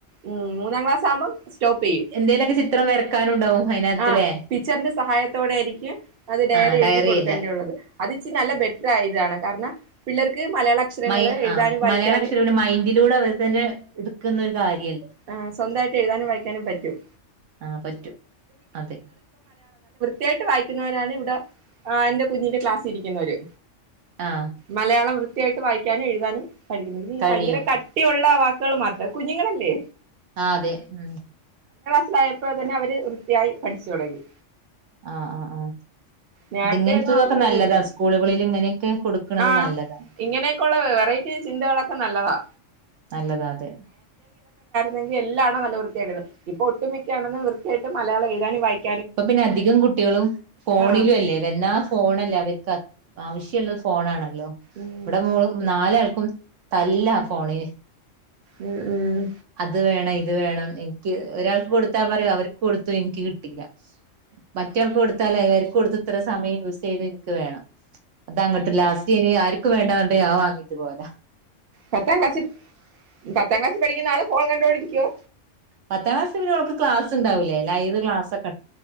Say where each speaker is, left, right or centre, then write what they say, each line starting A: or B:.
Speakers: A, on the right; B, on the right.
A: ഉം മൂന്നാംക്ലാസാവ്മ്പം സ്റ്റോപ്പിയ്യും
B: എന്തേലൊക്കെ ചിത്രം വരക്കാനുണ്ടാവും അതിനകത്തിലെ
A: ആ പിച്ചറിന്റെ സഹായത്തോടൊയിരിക്കും അത് ഡയറി
B: ആഹ്
A: എഴുതി കൊടുക്കേണ്ടിയുള്ളത്
B: എഴുതാൻ
A: അത്ച്ചി നല്ല ബെറ്റർ ആയ്താണ്. കാരണ പിള്ളേർക്ക് മലയാള അക്ഷരങ്ങൾ
B: മയ
A: എഴുതാനും വായിക്കാനും
B: മലയാള അക്ഷരം മൈൻഡിലൂടെ അവർ തന്നെ എടുക്കുന്നൊരു കാര്യം
A: ആ സ്വന്തായിട്ട് എഴുതാനും വായിക്കാനും പറ്റും
B: ആഹ് പറ്റും അതെ
A: കേട്ട് വായിക്കുന്നവരാണ് ഇവിടെ എൻ്റെ കുഞ്ഞിൻൺന്റെ ക്ലാസ്സിൽ ഇരിക്കുന്നോര്
B: ആഹ്
A: മലയാളം വൃ വൃത്യായിട്ട് വായ്ക്കാനും എഴുതാനും പഠിക്കുന്നത് ഇനി
B: കഴിയും
A: പയങ്കര കട്ടി ഒള്ള വാക് പുക്കൾ മാത്രാ കുഞ്ഞുങ്ങളല്ലേ?
B: ആഹ് അതെ ഉം
A: ളായപ്പോ തന്നെ അവര് വൃത്തിയായി പഠിച്ച് തൊടങ്ങി
B: ആഹ് ആഹ് ആഹ്
A: നേരത്തെയൊന്നും
B: ഇതിങ്ങനതൊക്കെ
A: അങ്ങനെയൊന്നും
B: നല്ലതാ
A: ഇല്ലായിരുന്നു
B: സ്കൂളുകളിൽ ഇങ്ങനൊക്കെ കൊടുക്കുന്നത്
A: ആഹ്
B: നല്ലതാ
A: ഇങ്ങനെയൊക്കെയുള്ള വെറൈറ്റി ചിന്തകളൊക്കെ നല്ലതാ
B: നല്ലതാ അതേ
A: ലങ്കി എല്ലാണ്ണോം നല്ല വൃത്തിയായിട്ട് എഴുതും ഇപ്പൊ ഒട്ടുമിക്ക അണെന്നും വൃത്തിയായിട്ട് മലയാളംഎഴുതാനും വായിക്ക
B: അപ്പൊ പിന്നെ അധികം കുട്ടികളും ഫോണിലും
A: ആഹ്
B: അല്ലേ വല്ലാ ഫോണല്ലേ അവർക്ക് ആവശിള്ളത് ഫോണാണ് ല്ലോ
A: ഉം
B: ഇവിടെ മോള് നാലാൾക്കും തല്ലാ ഫോണിന്
A: ഉം ഉം
B: അത് വേണം ഇത് വേണം നിക്ക് ഒരാൾക്ക് കൊടുത്താ പറയും അവർക്ക് കൊടുത്തു എനിക്ക് കിട്ടീല്ല. മറ്റെ ആൾക്ക് കൊടുത്താലേ കൊടുത്തത്ര സമയം യൂസെയ്ത് ൻക്ക് വേണം അതങ്ങാട്ട് ലാസ്റ്റ് ഇനി ആരും ക്കും വേണ്ടന്നറിഞിട്ട് ഞാ വാങ്ങീട്ട് പോവല
A: പത്താം ക്ലാസ്സിൽ പത്താം ക്ലാസ്സിൽ പഠിക്കുന്ന ആള് ഫോൺ കണ്ടോണ്ടിരിക്കുവോ
B: പത്താം ക്ലാസ് പിന്നെ ഓൾക്ക് ക്ലാസ്ണ്ടാവില്ലേ ലൈവ് ക്ലാസ്